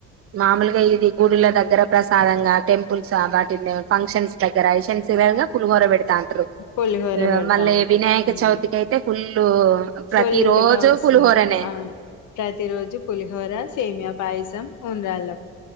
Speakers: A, on the right (about 50°); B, on the left (about 75°).
A: మామూలుగా ఇది గుడిలా దగ్గర ప్రసాదంగా టెంపుల్స్ వాటిలో ఫంక్షన్స్ దగ్గర <unintelligible> పులిహోర పెండ
B: పులిహోర
A: <unintelligible>
B: పెడతా
A: మళ్ళీ
B: ఉంటాం
A: వినాయక
B: ఉమ్
A: చవితికి అయితే ఫుల్ ప్రతి
B: ఫుల్
A: రోజు
B: గా వస్తుంది
A: పులిహోరనే
B: ఆ ప్రతి రోజు పులిహోర సేమియా పాయసం ఉండ్రాళ్ళు